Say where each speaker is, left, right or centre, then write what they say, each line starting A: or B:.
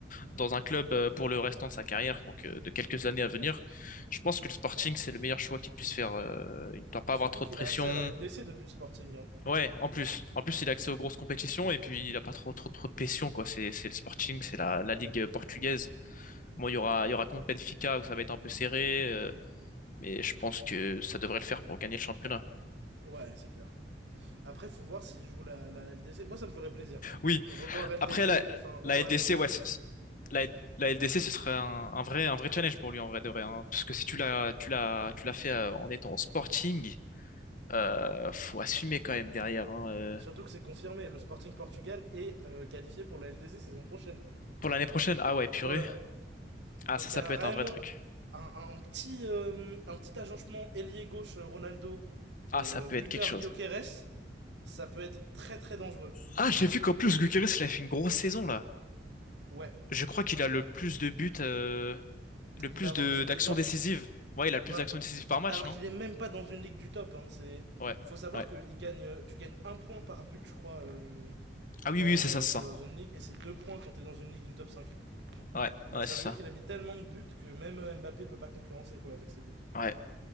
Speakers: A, on the left; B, on the right.
A: dans un club euh, pour le restant de sa carrière, donc euh, de quelques années à venir. Je pense que le Sporting, c'est le meilleur choix qu'il puisse faire. euh, il ne doit pas
B: Surtout
A: avoir trop
B: qu'il
A: de pression.
B: a accès à la LDC depuis le Sporting. hein.
A: Ouais, en plus. En plus, il a accès aux grosses compétitions et puis il a pas trop trop, trop de pression, quoi. C'est, c'est le Sporting, c'est la, la Ligue euh, portugaise. Moi, il y aura, il y aura contre Benfica où ça va être un peu serré, euh, mais je pense que ça devrait le faire pour gagner le championnat.
B: Ouais, c'est clair. Après, faut voir s'il joue la, la LDC. Moi, ça me ferait plaisir.
A: Oui.
B: De Revoir LDC,
A: Après, la,
B: enfin, revoir
A: la LDC,
B: Mbappé en
A: ouais,
B: LDC.
A: c- c- la, la LDC, ce serait un, un vrai, un vrai challenge pour lui, en vrai de vrai, hein. Parce que si tu l'as, tu l'as, tu l'as fait euh, en étant au Sporting, euh, faut assumer quand même derrière, hein, euh.
B: Surtout que c'est confirmé, le Sporting Portugal est euh, qualifié pour la LDC saison prochaine.
A: Pour l'année prochaine, ah ouais, purée.
B: Ouais, ouais.
A: Ah,
B: Donc
A: ça,
B: il
A: ça
B: y a
A: peut être
B: vraiment
A: un vrai truc.
B: un, un petit, euh, un petit agencement ailier gauche euh, Ronaldo,
A: Ah,
B: euh,
A: ça peut
B: buteur
A: être quelque chose.
B: Gyökeres, ça peut être très très dangereux.
A: Ah, j'ai vu qu'en plus Gyökeres, il a fait une grosse saison là.
B: Ouais,
A: Je crois qu'il a le plus de buts, euh, le
B: il
A: plus
B: va avoir
A: de
B: le soulier
A: d'actions
B: d'or.
A: décisives. Ouais, il a le plus
B: Ouais,
A: d'actions décisives par match,
B: alors
A: non?
B: qu'il est même pas dans une ligue du top. Hein, c'est
A: Ouais,
B: faut savoir
A: ouais.
B: que il gagne, euh, tu gagnes un point par but, je crois, euh,
A: Ah oui,
B: quand
A: oui, oui, c'est
B: euh,
A: ça, c'est
B: t'es
A: ça.
B: dans une ligue, et c'est deux points quand t'es dans une ligue du top cinq
A: Ouais,
B: Donc
A: ouais,
B: ça
A: c'est
B: veut
A: ça.
B: dire qu'il a mis tellement de buts que même euh, Mbappé peut pas concurrencer quoi avec ses buts.
A: Ouais,